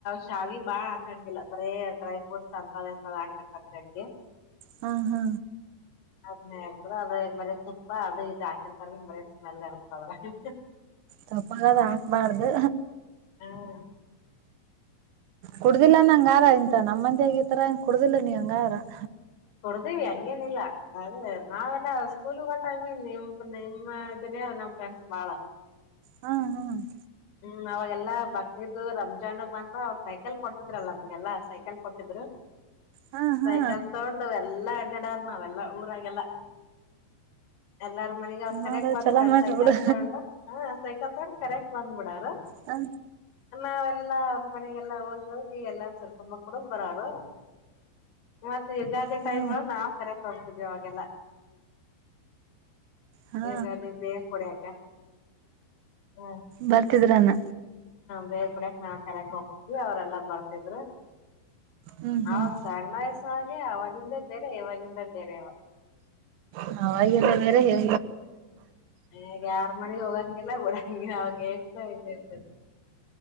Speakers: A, on the left (about 65°); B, on the right (about 85°).
A: ಶಾವಿಗೆ ಬಾಳ್ ಹಾಕೊಂಡಿಲ್ಲ ಬರೇ ಡ್ರೈ ಫ್ರೂಟ್ಸ್ ಅಂತ ಎಂತ ಹಾಕೊಂಡ ಜಡ್ಗೆ
B: ಹ್ಮ ಹಾ
A: ಅದ್ನೇ ಇತ ಅದ ಮರಿ ತುಪ್ಪ ಅದು ಇದ ಹಾಕಲ್ತ ಮರಿ ಸ್ಮೆಲ್ ಇರ್ತದ್ರ ಹು ಹು
B: ತಪ್ಪಾದ್ರೆ ಹಾಕ್ಬಾರ್ದು
A: ಹ್ಮ್
B: ಕುಡುದಿಲ್ಲ ನಂಗಗೆ ಆಾರ ಇಂತ ನಮ್ಮ ಮಂದಿ ಆಗಿತರಾ ಕುಡುದಿಲ್ಲ ನೀ ಹಂ <inaudible>
A: ಇದ್ದೀವಿ ಹಂಗೇನಿಲ್ಲ ಅದೇ ನಾವೆಲ್ಲ ಕೂಲಗ ಟೈಮ ಇ ನಿಮ ನಿಮ್ಮ ಇದ್ರೆ ನಮ್ ಫ್ರೆಂಡ್ಸ್ ಬಾಳ
B: ಹಾ ಹಾ
A: ಹ್ಮ್ ಅವಾಗೆಲ್ಲಾ ಬಕ್ರೀದ್ ರಂಜಾನ್ಗ್ ಬಂತ ಅವಾಗ ಸೈಕಲ್ ಕೊಡ್ತಿದ್ರಲ್ಲ ನಮ್ಗೆಲ್ಲಾ ಸೈಕಲ್ ಕೊಟ್ಟಿದ್ರು
B: ಹಾ ಹಾ
A: ಸೈಕಲ್ ತಗೊಂಡು ಎಲ್ಲಾ ಗಡ ನಾವೆಲ್ಲ ಊರಾಗಲ್ಲ ಎಲ್ಲಾರ್ <inaudible> ಮನೆಗ್ ಅವರ ಕರಯಕ್
B: ನೋಡ
A: ಬಂದ್ಬಿಡಲ್ಲ
B: ಚಲೋ ಮಾಡ್ರಿ
A: ಸೈಕಲ್
B: ಬಿಡು
A: ತಗೊಂಡ್ ಹ್ ಸೈಕಲ್ ತಗೊಂಡ್ ಕರ <unintelligible> ಫೋನ್ ಮಾಡರ
B: ಹ್ಮ
A: <unintelligible> ಎಲ್ಲ ಅವ್ರ ಮನೆಗೆಲ್ಲ ಹೋಗು ಎಲ್ಲ ಶಿರಕುಂಬಾ ಕುಡಿದು ಬರರು ಮತ್ತೆ ಯುಗಾದಿ
B: ಹಾ
A: ಟೈಮ್ ಆಗ ನಾವವು ಕರೆಕ್ ಹೋಗತಿದೇವಿ ಅವಾಗೆಲ್ಲ
B: ಹಾ
A: ಯುಗಾದಿ ಬೇ ಕುಡಿಯಾಕ ಹು
B: ಬರ್ತಿದ್ರಾನ
A: ಬೇ ಕುಡಕ್ ನಾ ಕರಕ್ ಹೋಗ್ತಿದ್ವಿ ಅವ್ರಲ್ಲ ಬರ್ತಿದ್ರು
B: ಹ್ಮ್ ಹ್ಮ್
A: ಅವಾಗ ಸಣ್ಣಾಯಸ ಹಾಗೆ ಅವವಾಗಿಂದ ಬೇರೆ ಇವಾಗಿಂದ ಬೇರೆ ಅವಾಗ
B: ಹ <unintelligible>
A: ಈಗ ಯಾರ ಮನೆಗೂ ಹೋಗಲ್ಲ ಹಗೆಲ್ಲ ಕಡ ಹಂಗೆ ಅವತ ಇದ ಇರ್ತ